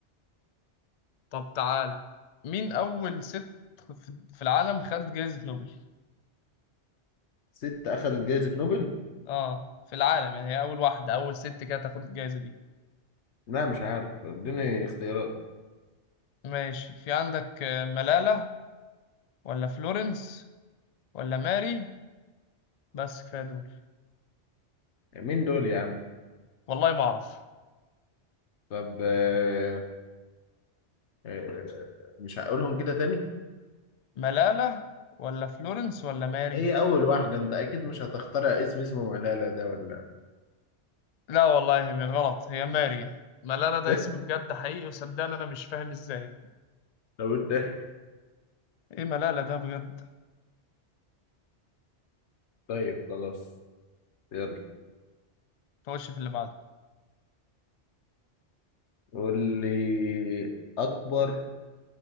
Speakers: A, on the left (about 60°); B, on the left (about 75°).
A: طب تعالى مين اول ست في في العالم خدت جائزة نوبل
B: ست اخذت جائزه نوبل
A: اه في العالم يعني هي اول واحدة اول ست كده تاخد الجائزة دي
B: لا مش عارف اديني اختيارات
A: ماشي في عندك آه، ملالة ولا فلورنس ولا ماري بس كفاية دول
B: مين دول يا عم
A: والله ما اعرف
B: طب آه، آه، مش هقولهم كده تاني
A: ملالة ولا فلورنس ولا ماري
B: هي اول واحدة انت اكيد مش هتخترع اسم اسمه ملالة ده ولا
A: لا والله هي غلط هي ماري ملالة ده
B: <laughs>
A: اسم بجد حقيقي وصدقني انا مش فاهم ازاي
B: طب انت
A: ايه ملالة ده بجد
B: طيب خلاص يلا
A: خش في اللي بعده
B: قول لي اكبر